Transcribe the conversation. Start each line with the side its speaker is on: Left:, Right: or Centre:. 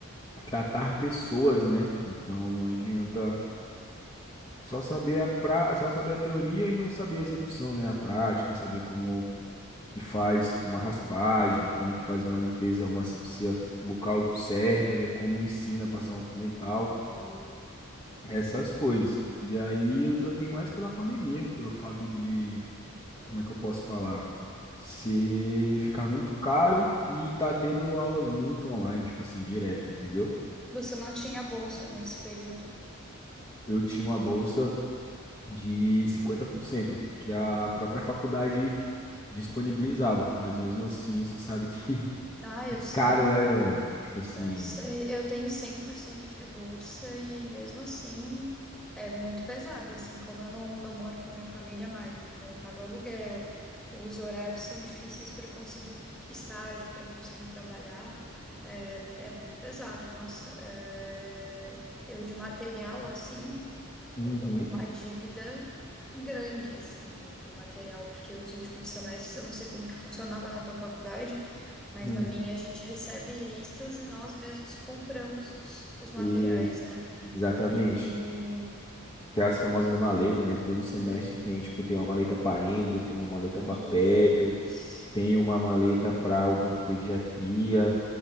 Left: tratar pessoas, né? Então não adianta só saber a pra... só saber a teoria e não saber a execução, né? A prática, saber como que faz uma raspagem, como que faz uma limpeza, uma asepsia bucal certa, né? Como ensina a passar um fio dental,
Centre: E
Left: essas coisas. E aí eu tranquei mais pela pandemia, pelo fato de, como é que eu posso falar? Ser ficar muito caro e tá tendo aulas muito online, tipo assim, direto, entendeu?
Centre: você não tinha bolsa nesse período.
Left: Eu tinha uma bolsa de 50% que
Centre: Hum.
Left: a própria faculdade disponibilizava, mas mesmo assim, você sabe que
Centre: Ah,
Left: <laughs>
Centre: eu
Left: é
Centre: sei.
Left: caro, né, mano? Tipo assim,
Centre: Eu sei, eu tenho 100% de bolsa e mesmo assim é muito pesado, assim, como eu não, não moro com a minha família mais, então eu pago aluguel, os horários são difíceis para conseguir estágio, para conseguir trabalhar, é, é muito pesado, nossa. é, eu de material, assim,
Left: Uhum.
Centre: eu tô com uma dívida grande, assim, de, de material, porque os últimos semestres, eu não sei como que funcionava na tua faculdade, mas
Left: Uhum.
Centre: na minha a gente recebe listas e nós mesmos compramos os, os materiais,
Left: E,
Centre: né?
Left: exatamente.
Centre: E,
Left: Tem as famosas maletas, né? Todo semestre
Centre: hum,
Left: tem, tipo, tem uma maleta para endo, tem uma maleta
Centre: e
Left: para pério,
Centre: isso.
Left: tem uma maleta para odontopediatria.